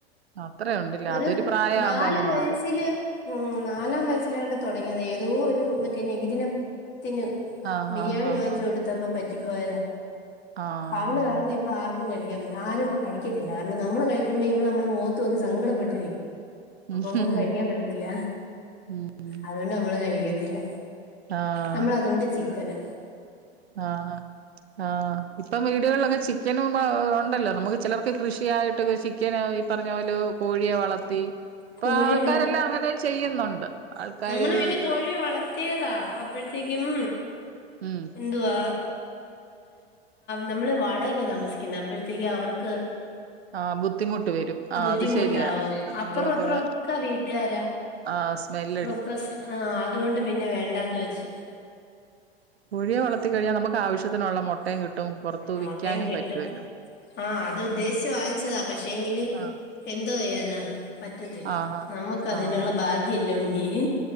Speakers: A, on the right; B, on the left.
A: അത്രേ ഉണ്ടില്ല
B: ഒരു
A: അതൊരു പ്രായമാകുമ്പോ
B: നാല്
A: അങ്ങ്
B: വയസ്സില്
A: മാറും
B: ഉം, നാലാം വയസ്സിലാ തൊടങ്ങിയതാ ഏതോ ഒരു മറ്റേ നബിദിന ത്തിന്
A: ആഹ്
B: ബിരിയാണി
A: ആഹ് ആഹ്
B: വാങ്ങിച്ചു
A: ആഹ്
B: കൊടുത്തപ്പോ പറ്റിപ്പോയതാ
A: ആഹ്
B: അവള് കാരണം ഇപ്പൊ ആർക്കും കഴിക്കാ ആരും ഇപ്പോ കഴിക്കത്തില്ലാ നമ്മള് കഴിക്കുമ്പോ ഇവടെ നമ്മൾ മുഖത്ത് നോക്കി സങ്കടപ്പെട്ടിരിക്കും
A: ഉം
B: അപ്പൊ നമ്മുക്ക് കഴിക്കാൻ പറ്റ ത്തി ല്ല
A: ഉം ഉം
B: അതുകൊണ്ട് നമ്മൾ കഴിക്കത്തില്ല
A: ആഹ്
B: നമ്മളതു ണ്ട് ചിക്കന
A: ആഹ് ആഹ് ആഹ് ഇപ്പം വീടുകളിലൊക്കെ ചിക്കനും ഉണ്ടല്ലോ നമുക്ക് ചെലർക്ക് കൃഷിയായിട്ടൊ ചിക്കനൊ ഈ പറഞ്ഞ പോലെ കോഴിയെ വളർത്തി ഇപ്പൊ
B: കോഴിയെ
A: ആൾക്കാരെല്ലാം അങ്ങനെയും ചെയ്യുന്നുണ്ട് ആൾക്കാര്
B: നമ്മള് വീട്ടിൽ കോഴി
A: കൃ-
B: വളർത്തിയതാ അപ്പഴത്തേക്കും
A: ഉം
B: എന്തുവാ നമ്മള് വാടകക്കാ താമസിക്കുന്നത് അപ്പോഴത്തേക്കും അവർക്ക്
A: ആഹ് ബുദ്ധിമുട്ട് വരും ആഹ്
B: ബുദ്ധിമുട്ടാവും
A: അത് ശരിയാ അതിന്റെയൊക്കെ
B: അപ്പറം ഇപ്പറം ഒക്കാ വീട്ടുകാരാ
A: ആഹ് സ്മെൽ
B: പ്രസ് ആഹ് അതോണ്ട് പിന്നെ വേണ്ടാന്ന് വെച്ച്
A: കോഴിയെ വളർത്തിക്കഴിഞ്ഞാൽ നമുക്ക് ആവശ്യത്തിനുള്ള മൊട്ടയും കിട്ടും പുറത്ത്
B: മൊട്ടയും
A: വിൽക്കാനും
B: കിട്ടും
A: പറ്റുവല്ലോ
B: ആഹ് അത് ഉദ്ദേശിച്ച് വാങ്ങിച്ചതാ പക്ഷേങ്കില്
A: ആഹ്
B: എന്ത് ചെയ്യാനാ പറ്റത്തില്ല
A: ആഹ്
B: നമക്ക് അതിനുള്ള
A: ആഹ്
B: ഭാഗ്യല്ലേ ഉണ്ണി